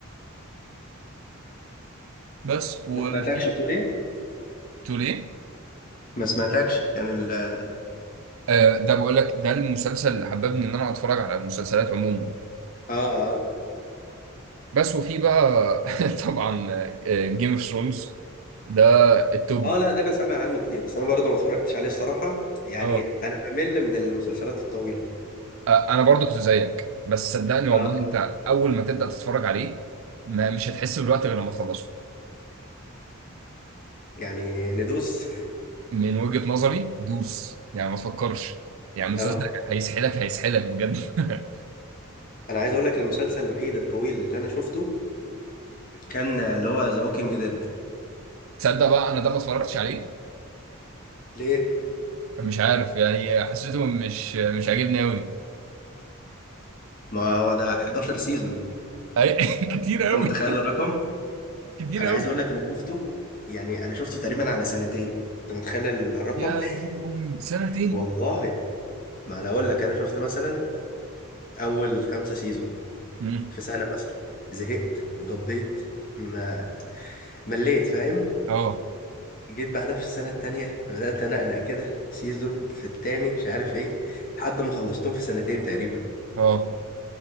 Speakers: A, on the right; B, on the left.
A: بس وفي
B: ما سمعتكش بتقول ايه
A: توليه
B: ما سمعتكش كان ال اه
A: آه، ده بقول لك ده المسلسل اللي حببني إن أنا أتفرج على المسلسلات عموما
B: اه
A: بس وفي بقى <laughs> طبعا جيم اوف ثرونز ده التوب
B: اه لا ده انا سامع عنه كتير بس انا برضه ما اتفرجتش عليه الصراحة يعني
A: اه
B: انا بمل من المسلسلات الطويلة
A: آه، انا برضو كنت زيك بس صدقني والله
B: اه
A: انت اول ما تبدا تتفرج عليه ما مش هتحس بالوقت غير لما تخلصه
B: يعني ندوس
A: من وجهة نظري دوس يعني ما تفكرش يعني مسلسل
B: <laughs> اه
A: هيسحلك هيسحلك بجد <laughs>
B: انا عايز اقول لك المسلسل الوحيد الطويل اللي انا شفته كان اللي هو ذا ووكينج ديد
A: تصدق بقى انا ده ما اتفرجتش عليه
B: ليه؟
A: مش عارف يعني حسيته مش مش عاجبني قوي
B: ما هو ده 11 سيزون
A: <laughs> كتير قوي
B: انت متخيل الرقم
A: كتير
B: انا
A: قوي
B: عايز اقول لك انا شفته يعني انا شفته تقريبا على سنتين انت متخيل الرقم
A: يا دين امي سنتين
B: <laughs> والله ما انا اقول لك انا شفت مثلا اول خمسة سيزون
A: مم.
B: في سنة مثلا زهقت وقضيت ما مليت فاهم
A: اه
B: جيت بعدها في السنة التانية بدأت أنقنق كده سيزون في التاني مش عارف ايه لحد ما خلصتهم في سنتين تقريبا
A: اه